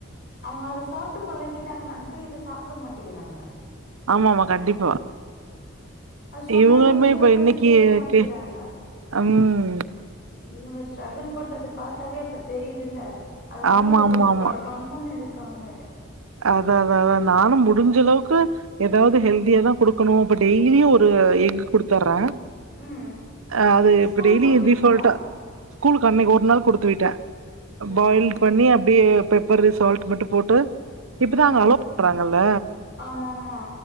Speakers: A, on the left; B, on the right.
A: அவங்க அத சாப்பிட்டு பழகிட் ட்டாங்கன்னக்க இத சாப்பிட மாட்டேங்கிறாங்க
B: ஆமா ஆமா கண்டிப்பா
A: அது சொன்னா
B: இவங்களுமே
A: வீட்லயு
B: இப்ப இன்னைக்கு
A: வந்து கேக்க மாட்டேங்கிறாங்க
B: கே ம்
A: இவங்க ஸ்ட்ரகுள் பண்றது பார்த்தாவே அப்ப தெரியுது இல்ல அதனால
B: ஆமா
A: கொஞ்ச
B: ஆமா
A: <unintelligible>
B: ஆமா
A: கம்முன்னு இருக்கு க்காங்க
B: அதா அத அதா நானு முடிஞ்சளவுக்கு ஏதாவது ஹெல்தியா தா கொடுக்கணு அப்ப டெய்லியு ஒரு எக் கொடுட்த்தர்றே
A: ம்
B: அ அது
A: ஸ்கூல்
B: எப்டய்லியு
A: குடுப்பீங்களா
B: டீஃபால்ட்டா ஸ்கூலுக்கு அன்னைக்கு ஒரு நாள் கொடுத்து விட்டே
A: வாவ்
B: பாயில்
A: ஓகே
B: பண்ணி
A: ஓகே
B: அப்படியே பய் ப்பர் சால்ட் மட்டு போட்டு இப்பதா
A: ம்
B: அங்க அலோ பண்றாங்கல்ல
A: ஆமாமா